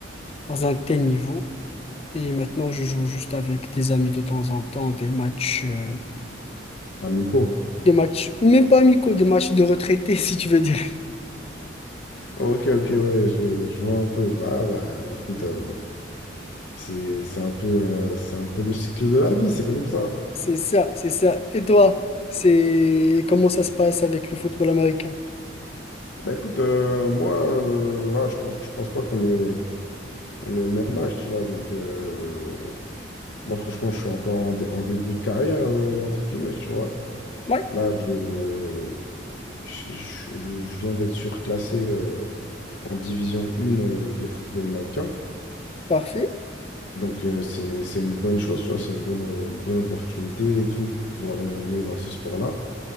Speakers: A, on the left (about 30°); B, on the left (about 65°).
A: dans un tel niveau. Et maintenant, je joue juste avec des amis de temps en temps, des matchs, euh,
B: À Mico. <laughs>
A: des matchs, même pas amicaux, des matchs de retraités, <laughs> si tu veux dire.
B: Ok, ok, ouais, je, je vois un peu. Bah, bah, écoute, euh, c'est, c'est un peu, euh, c'est un peu le cycle de la vie, c'est comme ça.
A: C'est ça, c'est ça. Et toi, c'est comment ça se passe avec le football américain?
B: Bah écoute, euh, moi, euh, voilà, je pense, je pense pas qu'on est, on est le même âge, tu vois. Donc, euh, moi, franchement, je suis encore en, dé- en début de carrière, euh, entre guillemets, tu vois.
A: Oui,
B: Là, je, je, je- je viens d'être surclassé euh, en division 1 euh, de football américain.
A: parfait.
B: Donc, euh, c'est, c'est une bonne chose, tu vois. C'est une bonne, euh, une bonne opportunité et tout pour pouvoir évoluer dans ce sport-là.